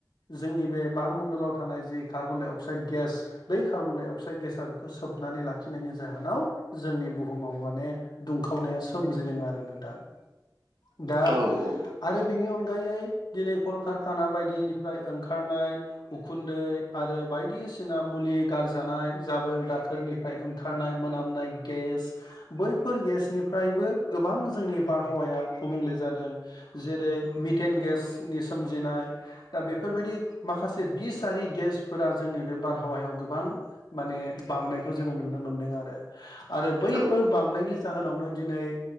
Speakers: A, on the left; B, on the right.
A: जोंनि बे बारमण्डलाव थानाय जि कार्बन डाइ अक्साइड गेस बै कार्बन डाइ अक्साइड गेसा बेखौ सोबनानै लाखिनायनि जाहोनाव जोंनि बुहुमाव माने दुंखावनाया सोमजिदों आरो नोंथां
B: <inaudible>
A: दा
B: औ औ
A: आरो बिनि अनगायै दिनै कलकारखाना बायदिनिफ्राय ओंखारनाय उखुन्दै आरो बायदिसिना मुलि गारजानाय जाबोर दाखोरनि प्रय ओंखारनाय मोनामनाय गेस बैफोर गेसनिफ्रायबो गोबां जोंनि बारहावाया गुबुंले जादों जेरै मिटेन गेसनि सोमजिनाय दा बेफोरबायदि माखासे बिस आरि गेसफोरा जोंनि बे बारहावायाव गोबां माने बांनायखौ जोङो नुनो मोनदों आरो आरो बैफोर
B: औ
A: बांनायनि जाहोनावनो दिनै